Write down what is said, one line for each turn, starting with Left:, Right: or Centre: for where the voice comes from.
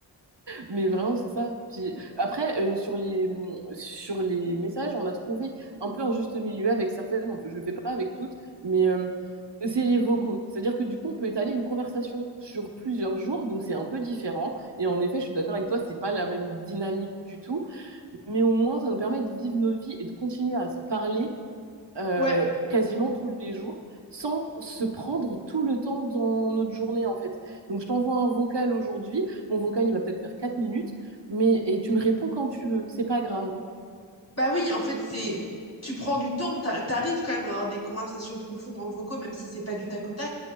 Right: mais vraiment c'est ça. Puis après euh, sur les mmh, sur les messages, on a trouvé un peu un juste milieu avec certaines. on- Je le fais pas avec toutes, mais euh, c'est les vocaux. C'est-à-dire que du coup, on peut étaler une conversation sur plusieurs jours, donc c'est un peu différent. Et en effet, je suis d'accord avec toi, c'est pas la même dynamique du tout. Mais au moins, ça nous permet de vivre nos vies et de continuer à se parler euh,
Left: ouais
Right: quasiment tous les jours sans se prendre tout le temps dans notre journée en fait. Donc je t'envoie un vocal aujourd'hui, mon vocal il va peut-être faire 4 minutes, mais et tu me réponds quand tu veux, c'est pas grave.
Left: Bah oui, en fait, c'est
Right: Et,
Left: tu prends du temps, t'a- t'arrives quand même à avoir des conversations profondes en vocaux, même si c'est pas du tac au tac,